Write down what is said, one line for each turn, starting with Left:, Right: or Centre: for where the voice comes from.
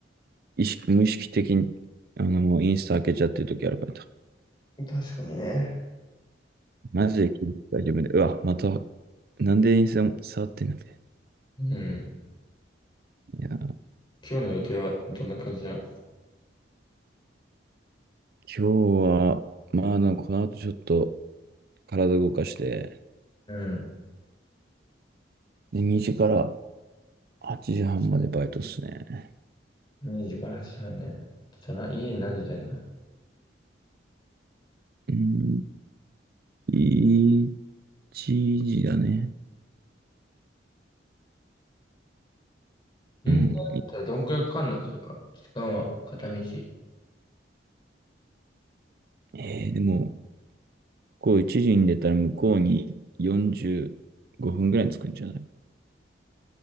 Right: 意識、無意識的にあのもうインスタ開けちゃってる時あるから、
Left: 確かにね。
Right: マジで気づく自分で、うわ、また、なんでインスタ触ってんだい
Left: うん。
Right: いや今
Left: 今日の予定はどんな感じだ
Right: 日は、まあなんかこの後ちょっと体動かして、
Left: うん。
Right: で、2時から8時半までバイトっすね。
Left: 2時から8時半ね。ちょっとな、家に何時出んの
Right: うん1時だね。
Left: 銀行だったらどんくらいかかんのそれは。
Right: うん。
Left: 時間は片道。
Right: えー、でも、ここ1時に出たら向こうに45分ぐらいに着くんじゃないか